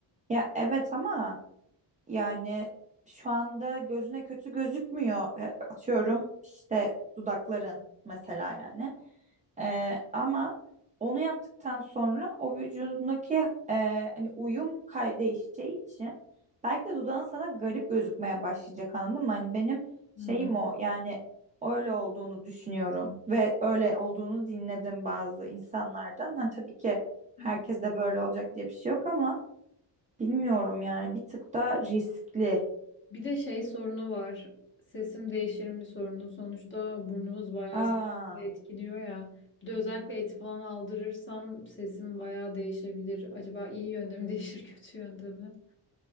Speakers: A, on the right; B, on the left.
A: Ya evet ama yani şu anda gözüne kötü gözükmüyor. E, Atıyorum işte dudakların mesela yani. E, ama onu yaptıktan sonra o vücudundaki e, hani uyum kay değişeceği için belki de dudağın sana garip gözükmeye başlayacak anladın mı? Hani benim
B: Hmm.
A: şeyim o yani öyle olduğunu düşünüyorum ve öyle olduğunu dinledim bazı insanlardan. Hani tabii ki herkes
B: Hı.
A: de böyle olacak diye bir şey yok ama Bilmiyorum yani bir tık da riskli.
B: Bir de şey sorunu var. Sesim değişir mi sorunu. Sonuçta burnumuz bayağı
A: Aa,
B: sesimizi etkiliyor ya. Bir de özellikle eti falan aldırırsam sesim bayağı değişebilir. Acaba iyi yönde mi değişir, <laughs> kötü yönde mi?